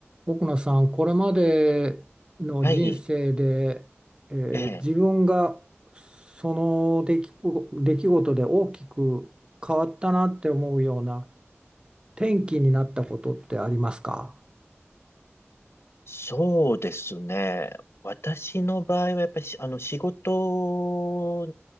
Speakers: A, on the right; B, on the left.
A: 奥野さん、これまでの人生で、
B: はい、
A: えー自分がその出来ご、
B: ええ、
A: 出来事で大きく変わったなって思うような転機になったことってありますか
B: そうですね。私の場合はやっぱりしあの仕事